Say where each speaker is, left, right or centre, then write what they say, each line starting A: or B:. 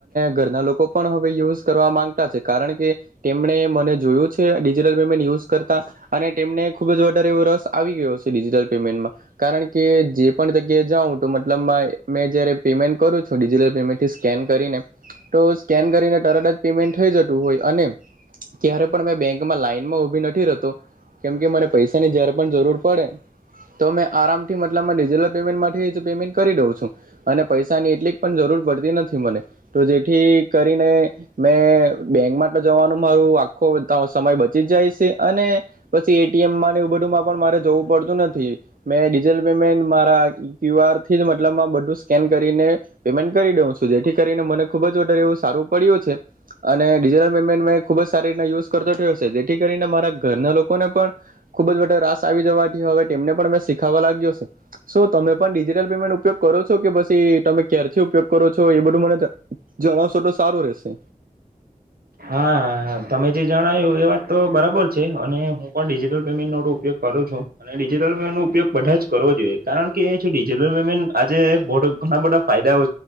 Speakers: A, on the right; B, on the right.
A: ઘરના લોકો પણ હવે યુ કરવા માંગતા છે કારણ કે તેમણે મને જોયું. ટલ પેમેન્ટ યુઝ કરતા અને તેમને ખુબ જ વધારે એવો રસ આવી ગયો છે ડિજિટલ પેમેન્ટમાં. કારણ કે જે પણ જગ્યાએ જાઉં તો મતલબ મેં જયારે પેમેન્ટ કરું છું ડિજિટલ પેમેન્ટથી સ્કેન. ન કરી તર જ પેમેન્ટ થ જતું હોય અને ત્યારે પણ મે. બેંકમાં લાઈન માં ઉભી નથી રતો કેમ કે મને પૈસાની ઝેર પણ જરૂર પડે. તો મેં આરામ થી મતલબમાં ડિજિટલ પેમેન્ટ માટે પેમેન્ટ કરી દઉં છું અને પૈસાની એટલી પણ જરૂર. નથી મને તો જેથી કરીને મેં બેંક માટે જવાનું મારું આખો. તો સમય બચી જાય છે અને પછી એટીએમ એવું બધુંમાં પણ મારે જોવું પડતું નથી. મેં ડિજિટલ પેમેન્ટ મારા ક્યુઆરથી જ મતલબમાં બધું સ્કેન કરીને પેમેન્ટ કરી દઉં છું જેથી કરીને મને ખૂબ જ ઓર્ડર એવું સારું પડ્યું છે અને ડિજિટલ પેમેન્ટ મેં ખૂબ જ સારી રી યુઝ થયો જેથી કરીને મારા ઘરના લોકોને પણ ખુબ જ રાસ આવી જવાથી હવે તેમને પણ મે ીખાવા લાગ્યો તમે પણ ડિજિટલ પેમેન્ટ ઉપયોગ કરો છો કે પછી તમે ક્યરથી ઉપયોગ કરો છો એ બધું મને જણાવશો તો સારું રશે
B: હા હ તમે જે જણાવ્યું એ વાત તો બરાબર છે અને હું પણ ડિજિટલ પેમેન્ટ નો ઉપયોગ કરું છું અને ડિજટલ પેમેન્ટ નો ઉપયોગ બધા જ કરવો જોઈએ કારણ કે જે ડિજિટલ પેમેન્ટ આજે ઘણા બધા ફાયદાઓ